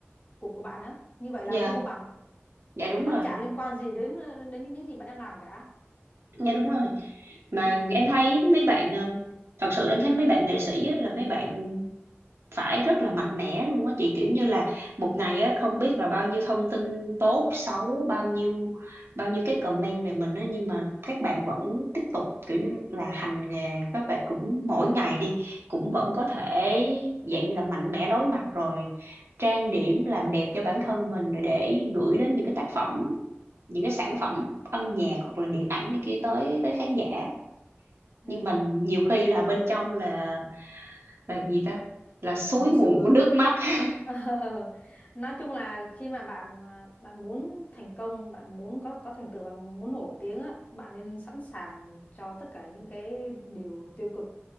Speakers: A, on the left; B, on the right.
A: của của bạn á như vậy là
B: dạ,
A: không công bằng
B: dạ đúng
A: nó
B: rồi.
A: chả liên quan gì đến đến những, những gì bạn đang làm cả
B: Dạ đúng rồi. Mà
A: ừ
B: em thấy mấy bạn ờ, thật sự em thấy mấy bạn nghệ sĩ á, là mấy bạn phải rất là mạnh mẽ luôn á chị kiểu như là một ngày á không biết là bao nhiêu thông tin tốt xấu bao nhiêu bao nhiêu cái comment về mình á nhưng mà các bạn vẫn tiếp tục kiểu như là hành nghề các bạn cũng mỗi ngày đi cũng vẫn
A: ừ
B: có thể dạng như là mạnh mẽ đối mặt rồi trang điểm làm đẹp cho bản thân mình rồi để gửi đến những cái tác phẩm những cái sản phẩm âm nhạc hoặc là điện ảnh này kia tới tới khán giả
A: ừ
B: nhưng mình nhiều khi là bên trong là là gì ta là suối
A: Thật một
B: nguồn
A: sự
B: của nước mắt <laughs>
A: <laughs> Ờ, nói chung là khi mà bạn à, bạn muốn thành công bạn muốn có có thành tựu bạn muốn nổi tiếng á bạn nên sẵn sàng cho tất cả những cái điều tiêu cực